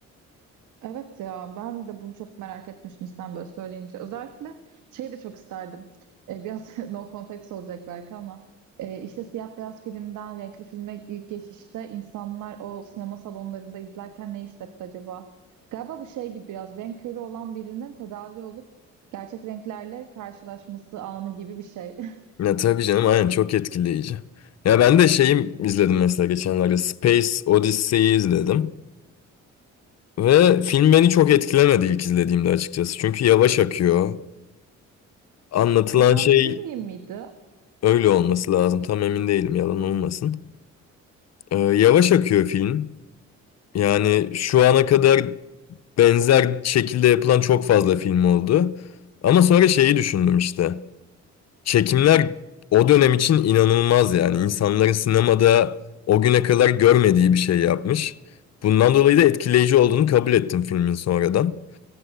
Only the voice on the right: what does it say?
Evet ya ben de bunu çok merak etmiştim sen böyle söyleyince. Özellikle şey de çok isterdim. E, biraz <laughs> no context olacak belki ama e, işte siyah beyaz filmden renkli filme ilk geçişte insanlar o sinema salonlarında izlerken ne hissetti acaba? Galiba bu şey gibi biraz renk körü olan birinin tedavi olup gerçek renklerle karşılaşması anı gibi bir şey. <laughs>
Stanley
Kubrick miydi?